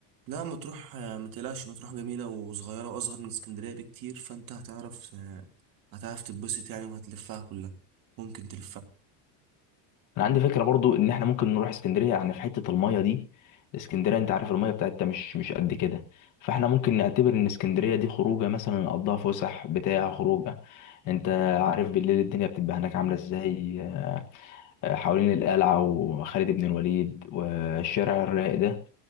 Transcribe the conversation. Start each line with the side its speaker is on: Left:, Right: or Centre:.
Right: لا مطروح آه، متقلقش مطروح جميلة وصغيرة وأصغر من اسكندرية بكتير فأنت هتعرف آه، هتعرف تتبسط يعني وهتلفها كلها ممكن تلفها
Left: انا عندي فكره برضو ان احنا ممكن نروح اسكندريه يعني في حته المايه دي اسكندريه انت عارف المايه بتاعتها مش مش قد كده فاحنا ممكن نعتبر ان اسكندريه دي خروجه مثلا نقضيها فسح بتاع خروجه انت عارف بالليل الدنيا بتبقى هناك عامله ازاي آه، حوالين القلعه وخالد بن الوليد والشارع الرايق ده